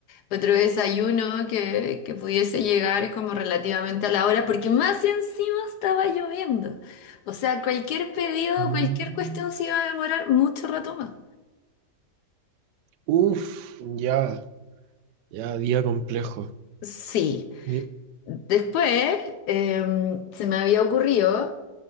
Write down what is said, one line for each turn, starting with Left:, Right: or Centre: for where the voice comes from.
Left: otro desayuno que, que pudiese llegar como relativamente a la hora, porque más encima estaba lloviendo. O sea, cualquier pedido,
Right: Mm,
Left: cualquier cuestión se iba a demorar mucho rato más.
Right: Uf, ya, ya, día complejo.
Left: Sí.
Right: Di-
Left: Después em, se me había ocurrido